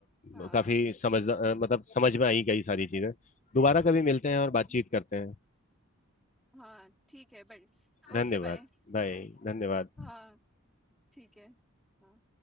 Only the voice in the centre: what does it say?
हाँ
हम्म,
हाँ ठीक है बट
Okay bye
हाँ ठीक है हाँ